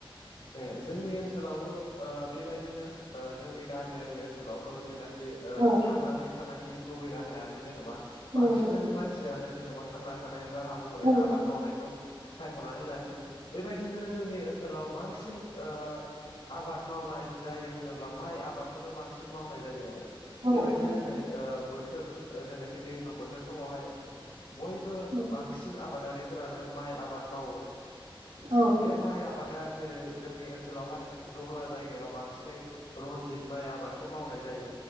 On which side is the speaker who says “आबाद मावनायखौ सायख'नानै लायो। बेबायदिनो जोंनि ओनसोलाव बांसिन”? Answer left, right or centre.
Left